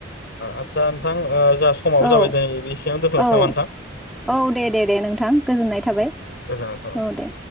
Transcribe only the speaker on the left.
आदसा नोंथां ओ ज जा समावाबो
जाबाय दियो बेसेयावनो दोन्थ'नोसै
नामा
नोंथां?